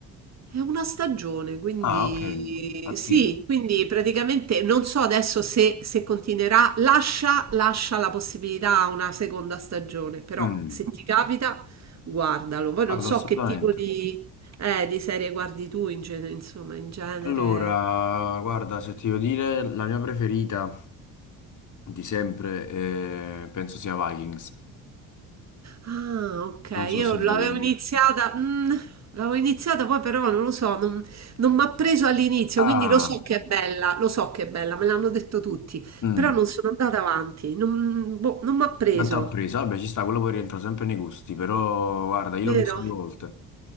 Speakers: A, on the right (about 45°); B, on the left (about 50°).
A: è una stagione, quindi
B: Ah, ok, attivo.
A: sì, quindi praticamente non so adesso se, se continuerà, lascia, lascia la possibilità a una seconda stagione, però
B: Mm.
A: se ti capita guardalo. Poi
B: Guarda,
A: non so
B: assolutamente.
A: che tipo di, eh, di serie guardi tu in genere, insomma, in genere.
B: Allora, guarda, se ti devo dire, la mia preferita di sempre eh, penso sia Vikings.
A: Ah, ok,
B: Non
A: io
B: so se
A: l'avevo
B: l'hai...
A: iniziata, mm, l'avevo iniziata poi però non lo so, non, non mi ha preso all'inizio,
B: Ah,
A: quindi lo so che è bella, lo so che è bella, me l'hanno detto tutti,
B: mm.
A: però non sono andata avanti, non, boh, non mi ha preso,
B: Tanta presa, vabbè, ci sta, quello poi rientra sempre nei gusti, però guarda, io
A: vero?
B: l'ho vista due volte.